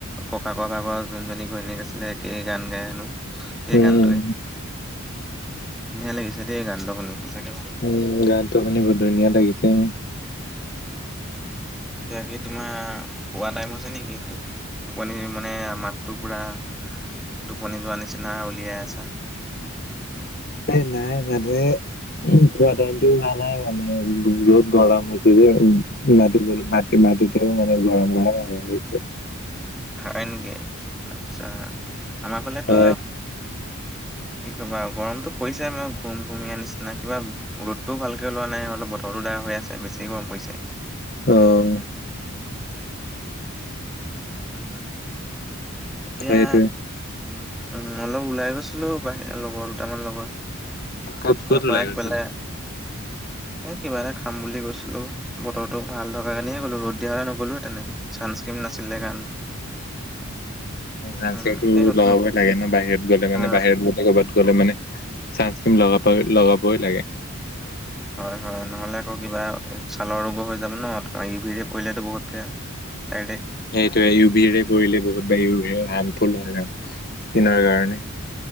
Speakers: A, in the centre; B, on the left.
A: ককাক ভাগৰ যোনজনী ঘৈণীয়েক আছিলে একেই গান গাই হেনো। সেই
B: উম,
A: গানটোৱে ধুনীয়া লাগিছে দেই গানটো শুনি সচাঁকে
B: উম গানতটো শুনি বহুত ধুনীয়া লাগিছে উ।
A: এতিয়া কি তোমাৰ শোৱা টাইম হৈছে নেকি? এইটো টোপনি মানে আমাৰ মাতো পুৰা টোপনি যোৱা নিচিনা উলিয়াই আছা।
B: এ নাই ভাদেই খোৱা টাইমতটো ভালাই মানে বহুত গৰম হৈছে যে মাব ম। <unintelligible> তেমাথো তে মানে গৰম গৰম হ <unintelligible>
A: হয় নেকি আচ্ছা আমাৰ ফালেতো
B: হয়
A: কি কবা গৰমটো পৰিছে আৰ ঘুম ঘুম য়াৰ নিচিনা কিবা ৰ'দটোও ভালকে ওলোৱা নাই অলপ বতৰো ডাৰ হৈ আছে বেছি গৰম পৰিছে।
B: অ'।
A: উম, এতিয়া
B: সেইটোৱে
A: উম অলপ ওলাই গৈছিলো বাহি লগৰ দুটামান লগত।
B: ক'ত ক'ত
A: তাৰপা
B: ওলাই
A: ইফালে।
B: গৈছিলে?
A: এ কিবা এটা খাম বুলি গৈছিলো বতৰোক ভাল থকা কাৰণেহে গ'লো ৰ'দ দিয়া হলে নগ'লোহেতেনে। ছানস্ক্ৰীম নাছিলে কাৰণে।
B: অ'
A: উম,
B: চো
A: এই নতুন
B: লগাবই লাগে ন বাহিৰত গ'লে
A: অ,
B: মানে বাহিৰত গ ক'বাত গ'লে মানে চা খিম লগাব লগাবই লাগে।
A: হয় হয় নহলে আকৌ কিবা ছালৰ ৰোগো হৈ যাব ন তোমাৰ ইউ ভি ৰে পৰিলেতো বহুত বেয়া। <unintelligible>
B: সেইটোয়ে ইউ ভৰে পৰিলে বহুত বা ইউ ভ হাৰ্মফুল হয়ণ স্কিনৰ কাৰণে।